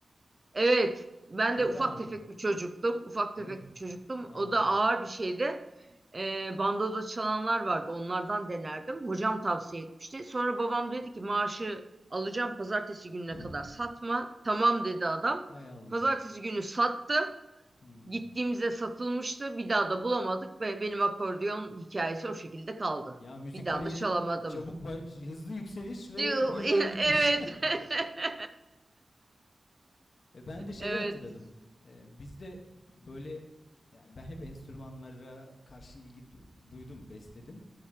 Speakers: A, on the right; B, on the left.
A: Evet, ben
B: Çok
A: de ufak
B: ağırdır.
A: tefek bir çocuktum. Ufak
B: Evet.
A: tefek bir çocuktum.
B: Aa.
A: O da ağır bir şeydi. E, bandoda çalanlar vardı. Onlardan denerdim. Hocam tavsiye etmişti. Sonra babam dedi ki maaşı alacağım pazartesi gününe
B: <laughs>
A: kadar satma. Tamam dedi adam.
B: Hay Allah.
A: Pazartesi günü sattı.
B: Hmm.
A: Gittiğimizde satılmıştı. Bir daha da bulamadık ve benim akordeon hikayesi o şekilde kaldı.
B: Ya müzik
A: Bir daha
B: kariyerin
A: da çalamadım.
B: çabuk baş, hızlı yükseliş ve
A: <laughs> Evet.
B: birden bitiş. <laughs>
A: <laughs>
B: E, Ben de şeyi
A: Evet.
B: hatırladım. E, bizde böyle yani ben hep enstrümanlara karşı ilgi du- duydum, besledim.